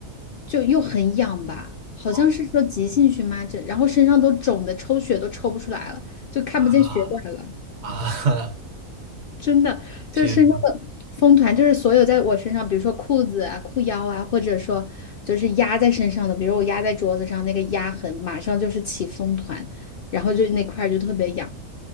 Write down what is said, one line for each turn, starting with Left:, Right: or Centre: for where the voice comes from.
Left: 就又很痒吧，好像是说急性荨麻疹，
Right: 啊
Left: 然后身上都肿的抽血都抽不出来了，就看不见血管了。
Right: 啊啊！
Left: 真的就是那个风团，
Right: <laughs> 天呐
Left: 就是所有在我身上，比如说裤子啊、裤腰啊，或者说就是压在身上的，比如我压在桌子上那个压痕，马上就是起风团，然后就那块儿就特别痒，